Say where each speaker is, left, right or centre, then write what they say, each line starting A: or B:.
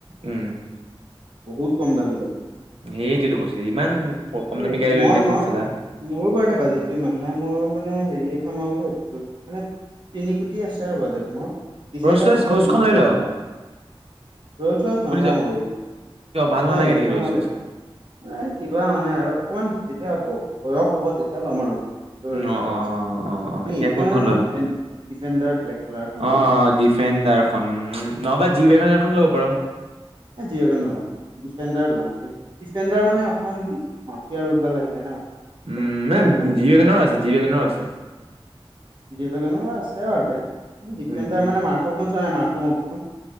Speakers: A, on the right; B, on the right.
A: উমঁ!
B: বহুত কম দামী গাড়ী।
A: সেইটোতো কৈচু ইমান কম দামী
B: এই
A: গাড়ী লৈ
B: মই
A: ললি যে
B: মই
A: চালা
B: মোৰো বাৰু বাজেটটো ইমান নাই, মই মানে হেৰি এখন লওঁ বুলি ভাবিছো, মানে তিনি কোটি আছে আৰু বাজেট মোৰ, ডিফেণ্ডাৰখন
A: ৰলচ ৰলচ
B: পাই
A: ঘোচখন
B: যাম ন?
A: লৈ
B: ব্লেক
A: ল
B: কালাৰ ৰোলচৰ
A: শুনিছ
B: নলও বে,
A: কিয় ভাল
B: মই
A: নালাগে
B: এইখন
A: নেকি ৰলচ
B: লওঁ
A: ৰলচখন
B: এ, কিবা মানে আৰু, অকণমান যেতিয়া বয়স হ'ব তেতিয়া ল'ম আৰু। ৰোল
A: অ
B: ৰয়েছ
A: অ অ অ অ
B: এতিয়া
A: কোনখন
B: মানে মই ডিফেন-ডিফেণ্ডাৰ ব্লেক কালাৰ এখন
A: অঁ অঁ ডিফেণ্ডাৰ খন অন্ন নহবা জি বেগন এখন ল'ব পাৰ
B: এ জি ৱেগণ নলও, ডিফেণ্ডাৰ লম, ডিফেণ্ডাৰ মানে অকন মফিয়া ৰুল ডাল আহি যাই ন?
A: উমঁ!
B: মজা
A: নে
B: লাগে ন
A: জিৱ গেনৰো আছে, জি গেনৰো আছে
B: দিৱেগনৰো আছে বাৰু তে, ডিফেণ্ডাৰ
A: উম উম
B: মানে মাৰ হৌখন চোৱা নাই, মাৰ'ক মভিখন